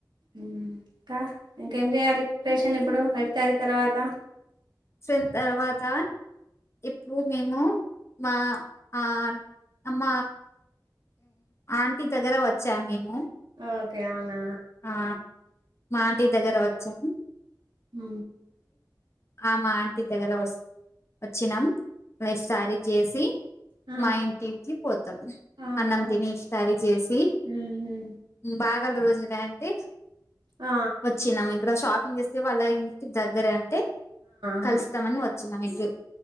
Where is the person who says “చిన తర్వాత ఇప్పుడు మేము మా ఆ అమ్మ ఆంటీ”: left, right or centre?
Left